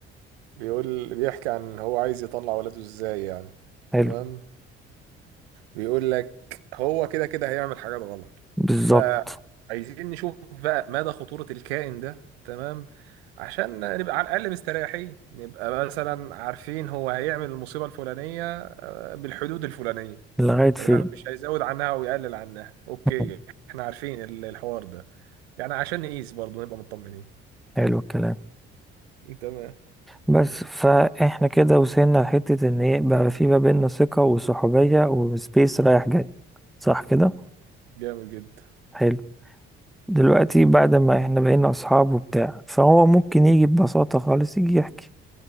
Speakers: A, on the right (about 85°); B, in the centre.
A: بيقول بيحكي عن هو عايز يطلع ولاده ازاي يعني
B: حلو
A: تمام بيقول لك هو كده كده هيعمل حاجات غلط
B: بالظبط
A: فعايزين نشوف بقى مدى خطورة الكائن ده تمام عشان نبقى على الأقل مستريحين نبقى مثلا عارفين هو هيعمل المصيبة الفلانية آه، بالحدود الفلانية
B: لغاية فين
A: تمام مش هيزود عنها أو يقلل عنها أوكي
B: <laughs>
A: احنا عارفين ال- الحوار ده يعني عشان نقيس برضه نبقى مطمنين
B: حلو الكلام
A: تمام
B: بس فاحنا كده وصلنا لحتة ان ايه بقى في ما بيننا ثقة وصحوبية وسبيس رايح جاي صح كده
A: جامد جدا
B: حلو دلوقتي بعد ما احنا بقينا اصحاب وبتاع فهو ممكن يجي ببساطة خالص يجي يحكي